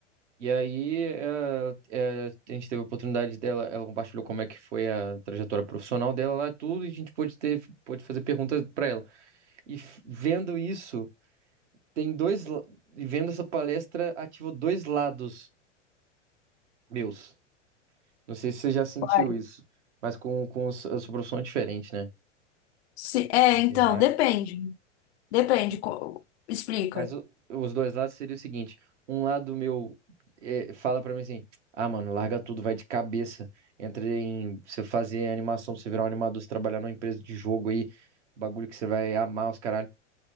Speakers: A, on the right; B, on the left.
A: E aí, eh, eh, a gente teve a oportunidade dela, ela compartilhou como é que foi a trajetória profissional dela lá, tudo, e a gente pôde ter, pôde fazer perguntas para ela. E f- vendo isso, tem dois, la- e vendo essa palestra, ativou dois lados meus. Não sei se você já sentiu
B: uai.
A: isso, mas com, com a sua profissão é diferente, né?
B: Se, é,
A: Enfermagem.
B: então, depende. Depende, co- explica.
A: Mas o- os dois lados seria o seguinte: um lado meu eh, fala pra mim assim, ah, mano, larga tudo, vai de cabeça, entra em você fazer animação, você virar um animador, você trabalhar numa empresa de jogo aí, bagulho que você vai amar os caralho.